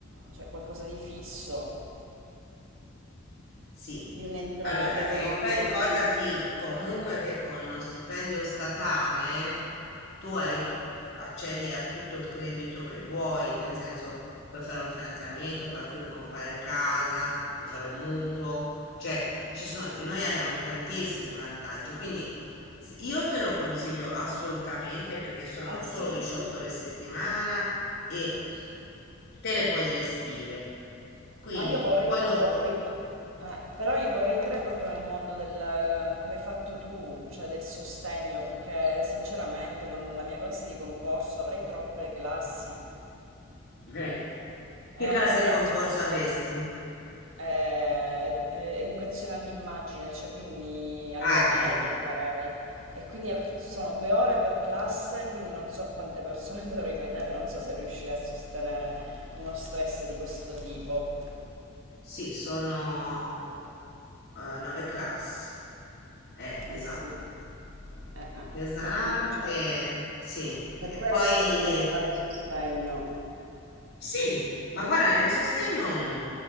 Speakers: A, on the right (about 70°); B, on the left (about 55°).
A: cioè qualcosa di fisso,
B: Sì,
A: di un'entrata
B: allora,
A: economica
B: e poi ricordati
A: più.
B: comunque che con uno stipendio statale tu hai, tu- accedi a tutto il credito che vuoi, nel senso puoi fare un finanziamento, puoi acqui- comprare casa, puoi fare un mutuo, cioè ci sono, noi abbiamo tantissimi vantaggi, quindi s- io te lo consiglio assolutamente perché sono
A: Eh
B: solo
A: sì,
B: 18
A: sì,
B: ore a settimana e te le puoi gestire. Quindi
A: ma io vorrei
B: poi
A: proprio
B: dopo...
A: poi entrare. però io vorrei entrare proprio nel mondo del, eh, come hai fatto tu, cioè del sostegno, perché sinceramente con la mia classe di concorso avrei troppe classi
B: Eh, Che
A: e
B: classe
A: ho paura,
B: di concorso
A: insomma,
B: avresti?
A: eh, eh, educazione all'immagine, cioè quindi alle
B: Arte.
A: medie sarei. E quindi av- sono due ore per classe, quindi non so quante persone <laughs> dovrei vedere, non so se riuscirei a sostenere uno stress di questo tipo.
B: Sì, sono eh, nove classi. È pesante.
A: Eh sì. Eh, eh,
B: Pesante,
A: capito, cioè
B: sì.
A: per
B: E
A: questo
B: poi
A: vorrei provare sostegno.
B: Sì, ma guarda, nel sostegno mm,